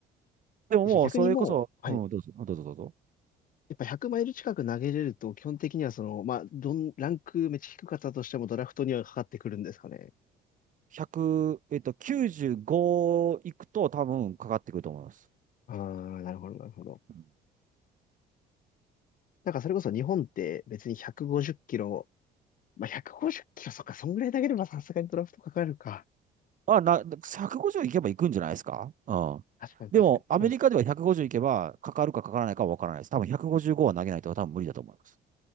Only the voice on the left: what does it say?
じゃあ逆にもう、
はい。
やっぱ100マイル近く投げれると、基本的にはその、まあ、どん、ランクめっちゃ低かったとしてもドラフトにはかかってくるんですかね。
ああ、なるほど、なるほど。
なんかそれこそ日本って別に150キロ、まあ、150キロ、そっか、そんぐらい投げればさすがにドラフトかかるか。
確かに確かに。
そうっす。